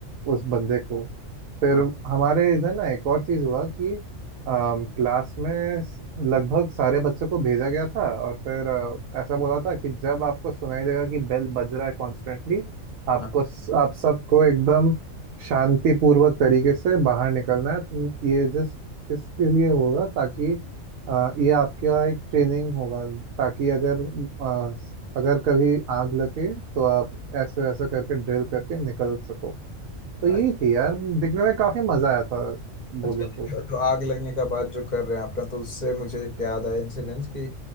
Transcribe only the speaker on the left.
हाँ
हाँ
आज-
अच्छा
ये जो आग लगने का बात जो कर रहे हैं आपने तो उससे मुझे एक याद आया इंसिडेंस कि